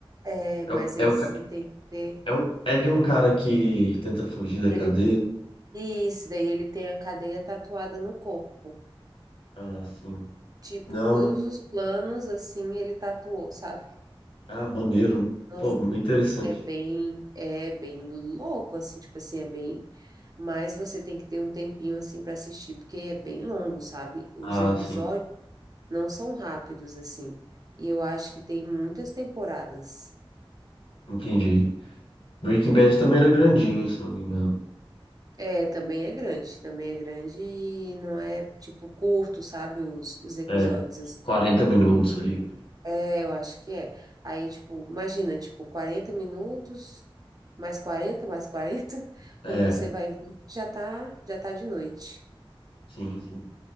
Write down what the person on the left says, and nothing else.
É,
o-
é, o,
ca-
é, um, é de um cara que tenta fugir da
cadeia?
Ah, sim.
Não.
Ah, maneiro.
Pô, muito interessante.
Ah,
sim.
Entendi. Breaking Bad também era grandinho, se eu não me engano.
É, 40 minutos ali.
É,
sim, sim.